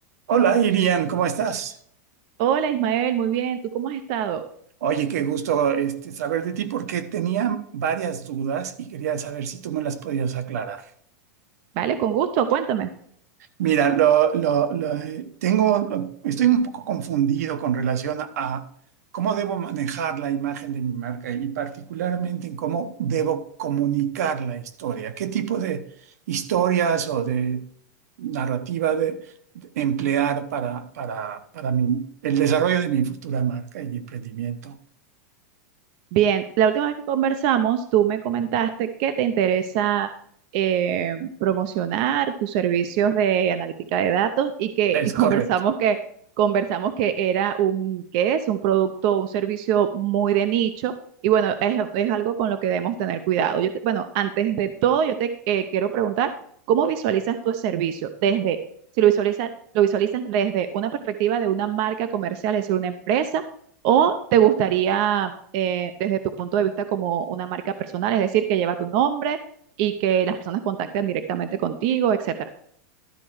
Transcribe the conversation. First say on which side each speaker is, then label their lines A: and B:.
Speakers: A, on the right; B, on the right.
A: Hola, Irian, ¿cómo estás?
B: Hola Ismael, muy bien, ¿tú cómo has estado?
A: Oye, qué gusto este, saber de ti porque tenía varias dudas y quería saber si tú me las podías aclarar.
B: Vale, con gusto, cuéntame.
A: Mira, lo, lo- lo, eh, tengo, estoy un poco confundido con relación a cómo debo manejar la imagen de mi marca y particularmente en cómo debo comunicar la historia. ¿Qué tipo de historias o de narrativa de, de emplear para, para, para mi- el desarrollo de mi futura marca y emprendimiento?
B: Bien, la última vez que conversamos, tú me comentaste que te interesa eh, promocionar tus servicios de analítica de datos y que
A: Es
B: y <laughs> conversamos
A: correcto.
B: que conversamos que era un que es un producto, un servicio muy de nicho y bueno, es, es algo con lo que debemos tener cuidado. Yo te- bueno, antes de todo, yo te eh, quiero preguntar cómo visualizas tu servicio desde si lo visualizas lo visualizas desde una perspectiva de una marca comercial, es decir, una empresa o te gustaría eh, desde tu punto de vista como una marca personal, es decir, que lleva tu nombre y que las personas contacten directamente contigo, etcétera.